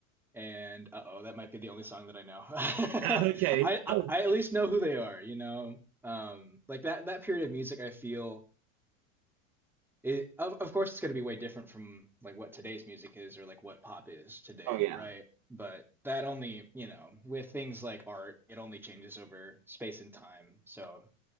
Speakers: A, in the centre; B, on the right.
A: and uh-oh, that might be the only song that I know. <laughs> I,
B: uh, okay.
A: I
B: Oh,
A: I at least know who they are, you know. Um like that that period of music I feel it of, of course it's going to be way different from like what today's music is or like what pop is today
B: oh yeah.
A: right but that only you know with things like art it only changes over space and time so